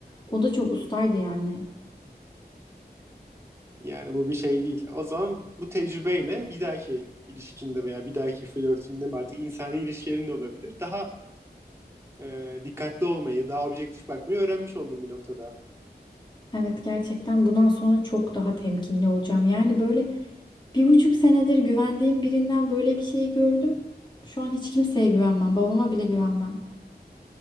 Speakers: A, on the left; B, on the right.
A: o da çok ustaydı yani.
B: Yani bu bir şey değil. O zaman bu tecrübeyle bir dahaki ilişkinde veya bir dahaki flörtünde mi artık insani ilişkilerin de olabilir. Daha e, dikkatli olmayı, daha objektif bakmayı öğrenmiş oldum bir noktada.
A: Evet gerçekten bundan sonra çok daha temkinli olacağım. Yani böyle bir buçuk senedir güvendiğim birinden böyle bir şey gördüm. Şu an hiç kimseye güvenmem. Babama bile güvenmem.